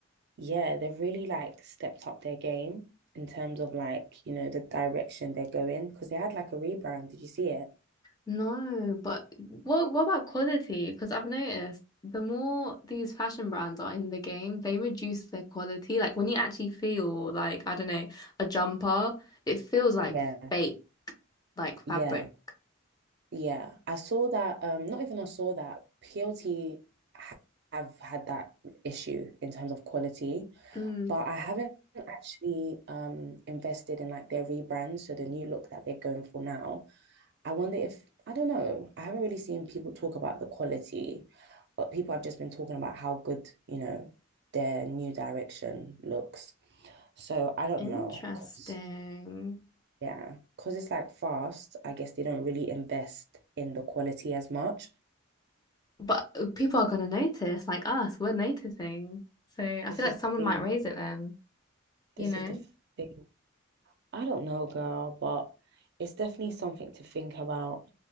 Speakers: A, on the right; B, on the left.
A: yeah, they've really like stepped up their game in terms of like, you know, the direction they're going because they had like a rebrand. Did you see it?
B: No, but what what about quality? Because I've noticed the more these fashion brands are in the game, they reduce their quality. Like when you actually feel like, I don't know, a jumper, it feels like
A: Yeah,
B: fake, like fabric.
A: yeah, yeah. I saw that, um, not even I saw that PLT ha- have had that issue in terms of quality,
B: Mm,
A: but I haven't actually um invested in like their rebrand, so the new look that they're going for now. I wonder if, I don't know, I haven't really seen people talk about the quality, but people have just been talking about how good, you know, their new direction looks. So I don't
B: interesting.
A: know, because, yeah, because it's like fast, I guess they don't really invest in the quality as much.
B: But uh, people are gonna notice, like us, we're noticing. So I
A: This
B: feel like
A: is
B: someone
A: the thing.
B: might raise it then, you
A: This
B: know?
A: is the thing. I don't know, girl, but it's definitely something to think about.